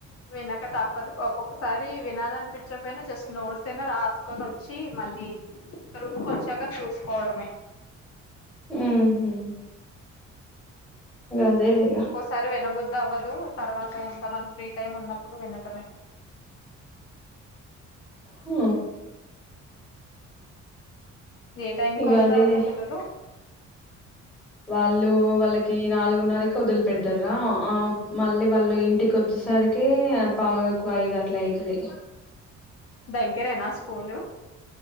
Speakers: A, on the left; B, in the centre.
A: వినక తప్పదు ఒక్కొకొ ఒకసారి వినాలనిపించకపోయినా జస్ట్ నోట్స్ అయినా రాసుకొని వచ్చి మళ్ళీ రూమ్కి వచ్చాక చూసుకోవడమే
B: ఉహు అదేలే ఇగ
A: సరే వినబుద్దు అవ్వదు తర్వాత ఇంకా మన ఫ్రీ టైమ్ ఉన్నప్పుడు వినటమే
B: హు
A: ఏ టైం
B: ఇగ
A: కు వస్తారు
B: అదేలే
A: అక్క పిల్లలు
B: వాళ్ళు వాళ్ళకి నాలుగున్నరకి వదిలి పెడతారా ఆ మళ్ళీ వాళ్ళు ఇంటికి వచ్చ వచ్చేసరికి ఆ పావు తక్కువ ఐదు అట్లా అయితది
A: దగ్గరేనా స్కూలు